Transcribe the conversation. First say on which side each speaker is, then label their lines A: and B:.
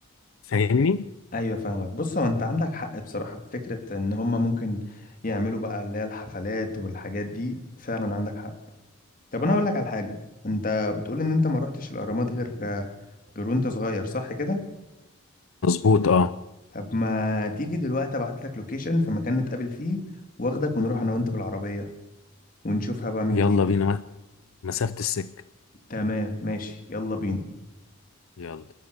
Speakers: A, on the left; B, on the left.
A: فاهمني
B: أيوة فاهمك بص هو أنت عندك حق بصراحة في فكرة إن هم ممكن يعملوا بقى اللي هي الحفلات والحاجات دي فعلا عندك حق طب انا اقول لك على حاجه انت بتقول ان انت ما رحتش الاهرامات غير غير وانت صغير صح كده
A: مظبوط اه
B: طب ما تيجي دلوقتي ابعت لك لوكيشن في مكان نتقابل فيه واخدك ونروح انا وانت بالعربيه ونشوفها بقى من
A: يلا
B: جديد
A: بينا مسافة السكة
B: تمام ماشي يلا بينا
A: يلا